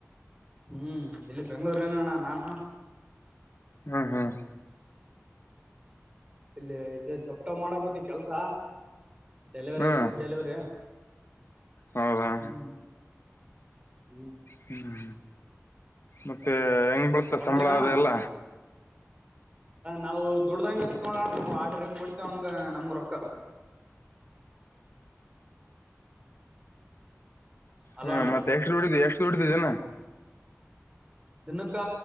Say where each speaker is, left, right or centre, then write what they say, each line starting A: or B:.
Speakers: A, on the right; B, on the left.
A: ಹ್ಮ್ ಇಲ್ಲಿ ಬೆಂಗ್ಳೂರ್ ಏನಣ್ಣ ನಾನು
B: ಹ್ಮ್ ಹ್ಮ್
A: ಇಲ್ಲಿ ಇ ಜಪ್್ಟ ಮಾಡಕತಿ ಕೆಲ್ಸ ಡೆಲಿವರಿ
B: ಹ್ಮ್
A: ಫುಡ್ ಡೆಲಿವರಿ
B: ಹೌದಾ
A: ಹ್ಮ್ ಹ್ಮ್
B: ಹ್ಮ್ ಮತ್ತೆ ಹೆಂಗ್ ಬಳ್ತ
A: ಬರ್ತ್ರಿ
B: ಸಂಬಳ
A: ಅಣ್ಣ
B: ಅದೆ ಎಲ್ಲ
A: ನಾವು ದುಡ್ದಂಗ ಇರ್ತ್ ನೋಡಣ ಆಡ್ರ ಎಮ ಕುಡಿತಂಗ ನಮಗ ರೊಕ್ಕ ಅಲೋ
B: ಹ್ಮ
A: ಅಣ್ಣ
B: ಮತ್ತೆ ಎಷ್ಟು ದುಡಿದ ಎಷ್ಟು ದುಡಿದಿದ್ದನಾ
A: ದಿನಕ್ಕ